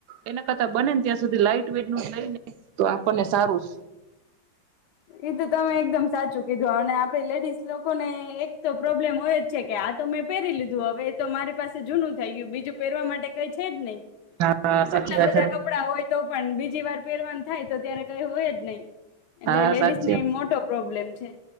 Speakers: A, on the right; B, on the left.
A: એના કરતાા બને ને ત્યાં સુધી લાઈટ ટટ લઈને તો આપણને સારું
B: એ તો તમે એકદમ સાચું કીધું અને આપે લેડીસ લોકોને એક તો પ્રોબ્લેમ હોય જ છે કે આ તો મેં પહેરી લીધું હવે એ તો મારી પાસે જૂનું થઈ ગયું બીજું પહેરવા માટે કઈ છે જ નહી
A: હા સાચી
B: આટલા
A: વાત
B: બધા કપડા હોય તો પણ બીજી વાર પેરવાન થાય તો ત્યારે કઈ હોય જ નહી એટલે
A: હા
B: લેડીઝ
A: સાચી
B: ને એ મોટો પ્રોબ્લેમ છે છે